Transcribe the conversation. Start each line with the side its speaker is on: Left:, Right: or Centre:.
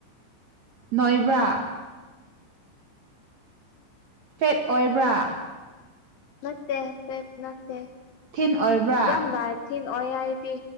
Right: ꯅꯣꯏꯕ꯭ꯔꯥ ꯐꯦꯠ ꯑꯣꯏꯕ꯭ꯔꯥ
Left: ꯅꯠꯇꯦ ꯐꯦꯠ ꯅꯠꯇꯦ
Right: ꯊꯤꯟ ꯑꯣꯏꯕ꯭ꯔꯥ
Left: ꯌꯥꯝꯅ ꯊꯤꯟ ꯑꯣꯏ ꯑꯩꯗꯤ